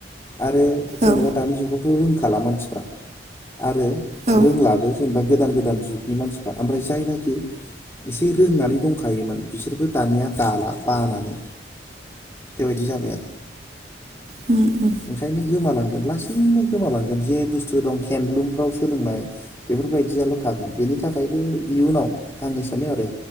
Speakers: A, on the left; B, on the right.
A: आरो जेनेबा
B: औ
A: दानि जुगाव रोंखाला मानसिफ्रा आरो
B: औ
A: रोंलाबो जेनेबा गोदान गोदान जुगनि मानसिफ्रा ओमफ्राय जायनाखि एसे रोंनानै दंखायोमोन बिसोरबो दानिया दाला बानानै बेबायदि जाबाय आरो
B: उम उम
A: ओंखायनो गोमालांगोन लासैनो गोमालांगोन जे बुस्थु दं हेन्दलुमफ्राव सोलोंनाय बेफोरबायदियाल' थागोन बेनि थाखायबो इयुनाव आंनि सानो आरो